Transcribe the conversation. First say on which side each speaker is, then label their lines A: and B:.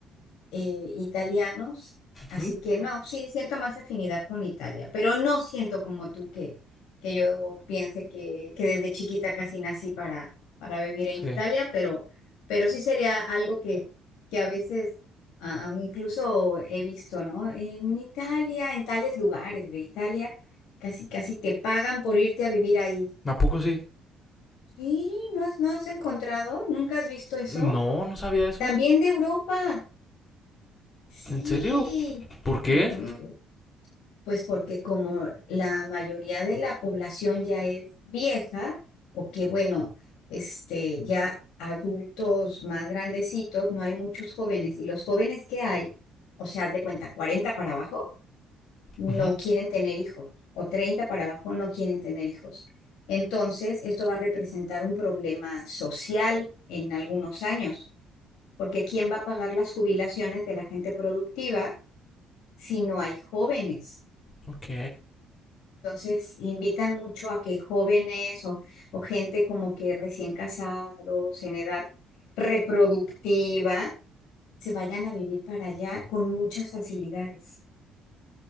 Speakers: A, on the left; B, on the left.
A: eh, italianos, así
B: Ujú.
A: que no, sí siento más afinidad con Italia, pero no siento como tú que, que yo piense que, que desde chiquita casi nací para, para vivir en
B: Sí.
A: Italia, pero, pero sí sería algo que, que a veces a, a mí incluso he visto, ¿no? En Italia, en tales lugares de Italia, casi casi te pagan por irte a vivir ahí.
B: ¿A poco sí?
A: Sí, ¿no has, no has encontrado? ¿Nunca has visto eso?
B: No, no sabía eso.
A: También de Europa. Sí.
B: ¿En serio? ¿Por qué?
A: Ujú. Pues porque como la mayoría de la población ya es vieja o que bueno, este ya adultos más grandecitos, no hay muchos jóvenes y los jóvenes que hay, o sea, haz de cuenta 40 para abajo no
B: Ujú.
A: quieren tener hijos o 30 para abajo no quieren tener hijos. Entonces, esto va a representar un problema social en algunos años, porque ¿quién va a pagar las jubilaciones de la gente productiva si no hay jóvenes?
B: Ok.
A: Entonces, invitan mucho a que jóvenes o, o gente como que recién casados, en edad reproductiva, se vayan a vivir para allá con muchas facilidades.